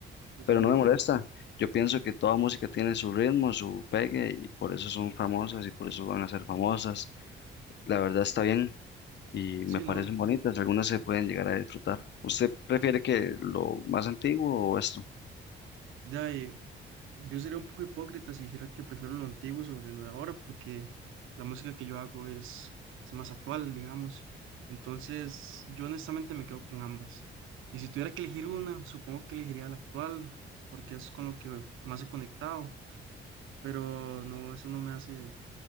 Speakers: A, on the right; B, on the left.
A: Entiendo.
B: pero no me molesta. Yo pienso que toda música tiene su ritmo, su pegue, y por eso son famosas y por eso van a ser famosas. La verdad está bien y me
A: Sí,
B: parecen
A: no.
B: bonitas. Algunas se pueden llegar a disfrutar. ¿Usted prefiere que lo más antiguo o esto?
A: Ya, Yo sería un poco hipócrita si dijera que prefiero lo antiguo sobre lo de ahora, porque la música que yo hago es, es más actual, digamos. Entonces, yo honestamente me quedo con ambas. Y si tuviera que elegir una, supongo que elegiría la actual, porque es con lo que más he conectado. Pero no, eso no me hace,